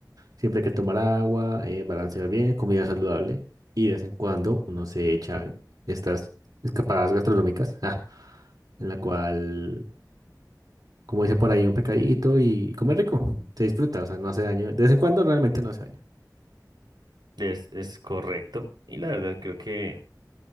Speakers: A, on the right; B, on the right.
A: Siempre hay que tomar agua, eh, balancear bien, comida saludable y de vez en cuando uno se echa estas escapadas gastronómicas, ah, en la cual, como dice por ahí, un pecadito y comer rico, se disfruta, o sea, no hace daño. De vez en cuando realmente no hace daño.
B: Es, es correcto. Y la verdad creo que,